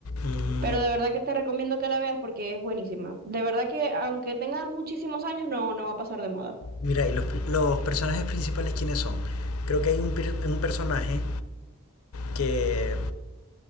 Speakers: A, on the left; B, on the right.
A: Mm,
B: Pero de verdad que te recomiendo que la veas porque es buenísima. De verdad que aunque tenga muchísimos años, no, no va a pasar de moda.
A: mira, y los, los personajes principales, ¿quiénes son? Creo que hay un, per- un personaje que,